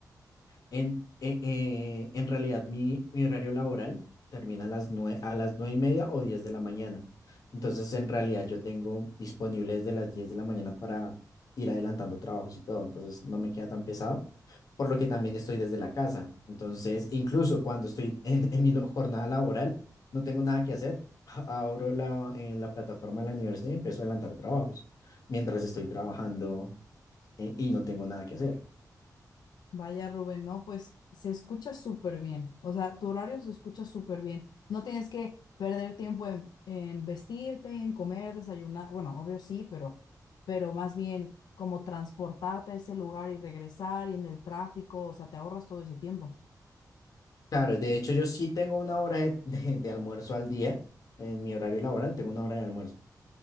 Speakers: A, on the left (about 60°); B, on the left (about 85°).
A: en, eh, eh, en realidad, mi, mi horario laboral termina a las nueve, a las nueve y media o 10 de la mañana. Entonces, en realidad, yo tengo disponible desde las 10 de la mañana para ir adelantando trabajos y todo. Entonces, no me queda tan pesado, por lo que también estoy desde la casa. Entonces, incluso cuando estoy en, en mi lo- jornada laboral, no tengo nada que hacer. <laughs> Abro la, eh, la plataforma de la universidad y empiezo a adelantar trabajos mientras estoy trabajando, eh, y no tengo nada que hacer.
B: Vaya Rubén, no, pues se escucha súper bien, o sea, tu horario se escucha súper bien, no tienes que perder tiempo en, en vestirte, en comer, desayunar, bueno, obvio sí, pero, pero más bien como transportarte a ese lugar y regresar y en el tráfico, o sea, te ahorras todo ese tiempo.
A: Claro, de hecho yo sí tengo una hora de, <laughs> de- de almuerzo al día, en mi horario laboral tengo una hora de almuerzo,